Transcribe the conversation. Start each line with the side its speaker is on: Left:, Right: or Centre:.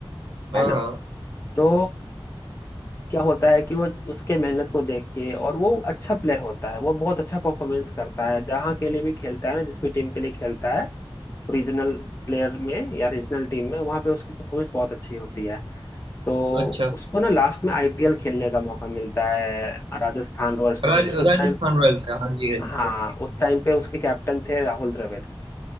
Right: हाँ
Left: है ना
Right: हाँ
Left: तो क्या होता है कि वो उसके मेहनत को देख के और वो अच्छा प्लेयर होता है वो बहुत अच्छा परफॉर्मेंस करता है जहाँ के लिए भी खेलता है ना जिस भी टीम के लिए खेलता है रीजनल प्लेयर में या रीजनल टीम में वहाँ पे उसकी परफॉर्मेंस बहुत अच्छी होती है तो
Right: अच्छा
Left: उसको ना लास्ट में आईपीएल खेलने का मौका मिलता है राजस्थान रॉयल्स की
Right: राज
Left: टीम से उस
Right: राजस्थान
Left: टाइम
Right: रॉयल्स है हाँ जी हाँ जी
Left: हाँ उस टाइम पे उसके कैप्टन थे राहुल द्रविड़